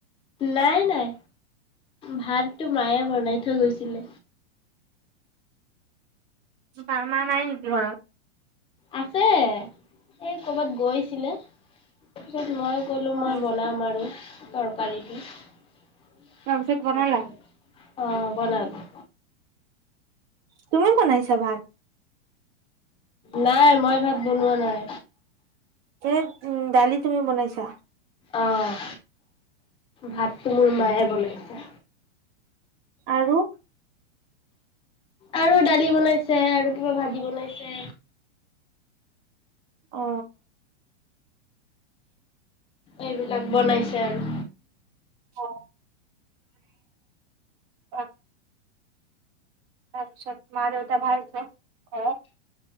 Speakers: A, on the left; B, on the right.
A: নাই নাই ভাতটো মায়ে বনাই থৈ গৈছিলে
B: বা মা নাই নেকি ঘৰত
A: আছে এ কৰ'বাত গৈছ হেল তাৰপিছত মই কলো
B: অ
A: মই বনাম আৰু তৰকাৰীটো সেইটো
B: তাৰপিছত বনালা?
A: অ বনালো।
B: তুমি বনাইছা ভাত?
A: নাই মই ভাত বনোৱা নাই
B: এ উম দালি তুমি বনাইছা?
A: অহ ভাতটো মোৰ মায়ে বনাইছে
B: আৰু
A: আৰু দালি বনাইছে আৰু কিবা ভাজি বনাইছে।
B: অ
A: এইবিলাক বনাইছে আৰু
B: অ অ তাৰপিছত মা দেউতা ভাল ন ঘৰত